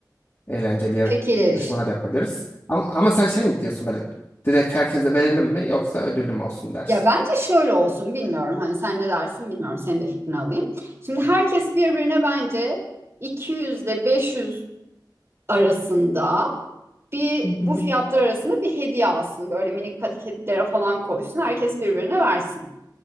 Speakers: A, on the left; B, on the right.
A: eğlenceli yar-
B: çekilir.
A: yarışmalar da yapabiliriz. Ama, ama sen şey mi diyorsun böyle direkt herkese verelim mi yoksa ödüllü mü olsun dersin?
B: Ya bence şöyle olsun bilmiyorum. Hani sen ne dersin bilmiyorum. Senin de fikrini alayım. Şimdi herkes birbirine bence 200 ile 500 arasında bir
A: Hı hı.
B: bu fiyatlar arasında bir hediye alsın. Böyle minik paketlere falan koysun. Herkes birbirine versin.